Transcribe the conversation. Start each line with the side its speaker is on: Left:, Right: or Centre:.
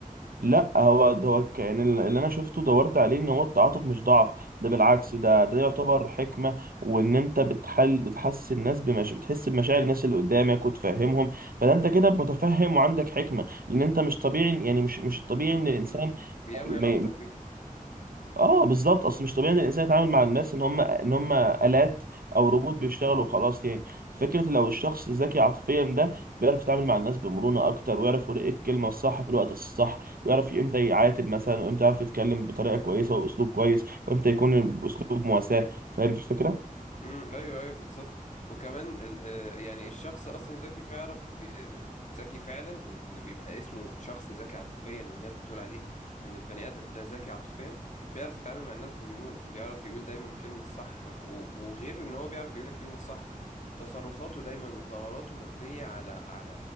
Right: لا هو ده هو ك- يعني اللي انا شفته دورت عليه ان هو التعاطف مش ضعف ده بالعكس ده ده يعتبر حكمه وان انت بتحل بتحسس الناس بمش... بتحس بمشاعر الناس اللي قدامك وتفهمهم فده انت كده متفهم وعندك حكمه لان انت مش طبيعي يعني مش مش الطبيعي
Left: م-
Right: ان الانسان
Left: م. بيقوي
Right: ما
Left: علاقتك
Right: ي-
Left: بيهم
Right: اه بالظبط اصل مش طبيعي ان الانسان يتعامل مع الناس ان هم ان هم الات او روبوت بيشتغلوا وخلاص يعني فكره لو الشخص ذكي عاطفيا ده بيعرف يتعامل مع الناس بمرونه اكتر ويعرف يقول ايه الكلمه الصح في الوقت الصح ويعرف امتى يعاتب مثلا وامتى يعرف يتكلم بطريقه كويسه وباسلوب كويس وامتى يكون باسلوب مواساه فاهم الفكره
Left: امم ايوه ايوه بالظبط وكمان ال- آه، يعني الشخص اصلا ذكي فيعرف بي- ال- ذكي فعلا اللي بيبقى اسمه شخص ذكي عاطفيا والناس بتقول عليه ان البني ادم ده ذكي عاطفيا بيعرف يتعامل مع الناس بمرونة بيعرف يقول دايما الكلمة الصح و- وغير ان هو بيعرف يقول الكلمة الصح تصرفاته دايما وقراراته مبنية على على